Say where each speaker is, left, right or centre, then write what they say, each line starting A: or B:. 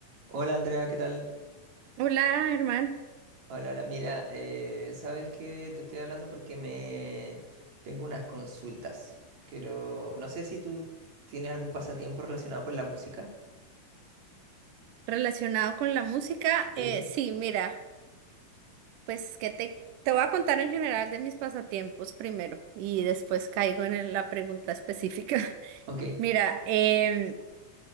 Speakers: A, on the right; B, on the right.
A: Hola Andrea, ¿qué tal?
B: Hola, hermano.
A: Hola, hola. Mira, eh, sabes que te estoy hablando porque me tengo unas consultas. Quiero, no sé si tú tienes algún pasatiempo relacionado con la música.
B: Relacionado con la música,
A: Sí.
B: eh, sí, mira, pues que te, te voy a contar en general de mis pasatiempos primero y después caigo en el- la pregunta específica. <laughs>
A: Ok,
B: Mira, em,